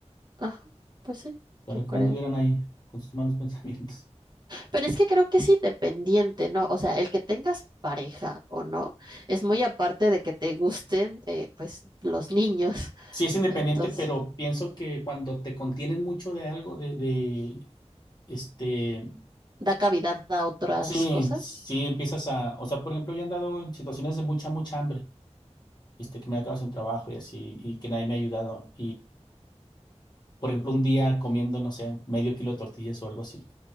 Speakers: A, on the right; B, on the left.
A: Ajá, pues sí,
B: para
A: yo
B: que
A: creo.
B: no anduvieran ahí con sus malos <laughs> pensamientos.
A: Pero es que creo que es independiente, ¿no? O sea, el que tengas pareja o no, es muy aparte de que te gusten, eh, pues, los niños.
B: Sí
A: <laughs>
B: es independiente,
A: Entonces,
B: pero pienso que cuando te contienes mucho de algo, de, de este,
A: da cavidad a otras
B: sí,
A: cosas.
B: sí empiezas a, o sea, por ejemplo, yo he andado en situaciones de mucha, mucha hambre, este, que me he quedado sin trabajo y así, y que nadie me ha ayudado, por ejemplo, un día comiendo, no sé, medio kilo de tortillas o algo así.